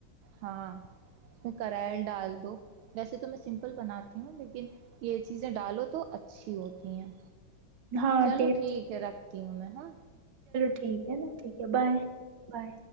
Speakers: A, on the right; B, on the right.
A: ہاں اس نے کریل ڈال دو ویسے تو میں سمپل بناتی ہوں لیکن یہ چیزیں ڈالو تو اچھی ہوتی ہیں
B: ہاں
A: چلو
B: ٹیسٹ
A: ٹھیک ہے رکھتی ہوں میں ہاں
B: ٹھیک ہیں اوکے بائے بائے